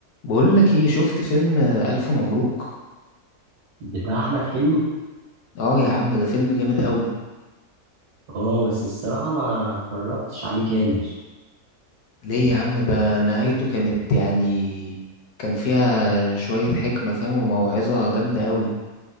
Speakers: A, on the left (about 75°); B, on the right (about 70°).
A: بقول لك ايه شفت فيلم الف مبروك
B: بتاع احمد حلمي
A: اه يا عم ده فيلم جامد قوي
B: اه بس الصراحه ما اتفرجتش عليه كامل
A: ليه يا عم ده نهايته كانت يعني كان فيها شوية حكمة فاهم وموعظة جامدة قوي